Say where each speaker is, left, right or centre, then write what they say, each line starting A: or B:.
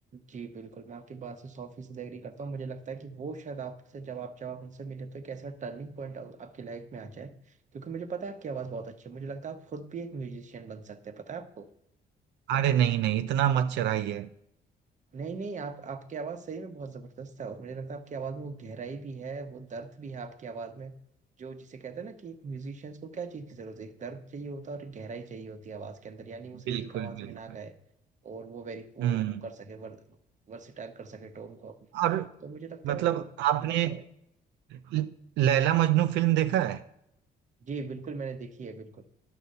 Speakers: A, on the right; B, on the right.
A: जी बिल्कुल मैं आपकी बात से सौ फीसद एग्री करता हूँ मुझे लगता है कि वो शायद आपसे जब आप जब आप उनसे मिले तो एक ऐसा टर्निंग पॉइंट आपकी लाइफ में आ जाए क्योंकि मुझे पता है आपकी आवाज़ बहुत अच्छी है मुझे लगता है आप खुद भी एक म्यूजिशियन बन सकते हैं पता है आपको
B: अरे नहीं नहीं इतना मत चढ़ाइए
A: नहीं नहीं आप आपकी आवाज सही में बहुत जबरदस्त है और मुझे लगता है आपकी आवाज में वो गहराई भी है वो दर्द भी है आपकी आवाज में जो जिसे कहते हैं ना कि एक म्यूजिशियंस को क्या चीज की जरूरत है एक दर्द चाहिए होता है और एक गहराई चाहिए होती है आवाज के अंदर यानी वो सिर्फ
B: बिल्कुल
A: एक आवाज
B: बिल्कुल
A: में ना गाए और वो वेरी वो
B: हम्म
A: वो कर सके वर, वर्सेटाइल कर सके टोन को अपनी
B: और
A: तो मुझे लगता
B: मतलब
A: है वो आपके
B: आपने
A: पास है
B: ल- लैला मजनू फिल्म देखा है
A: जी बिल्कुल मैंने देखी है बिल्कुल